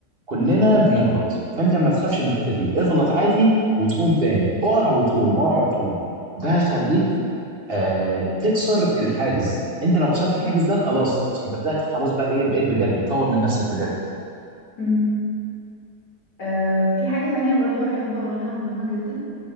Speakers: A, on the right; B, on the left.
A: كلنا بنغلط فانت ما تخافش من الحته دي اغلط عادي وتقوم تاني اقع وتقوم اقع وتقوم ده هيخليك آه، تكسر الحاجز انت لو كسرت الحاجز
B: م-
A: ده خلاص انت بدأت خلاص بقى ايه بقيت بجد بتطور من نفسك بجد
B: م- آه في حاجة تانية برضو أحب أقولها مهمة جدا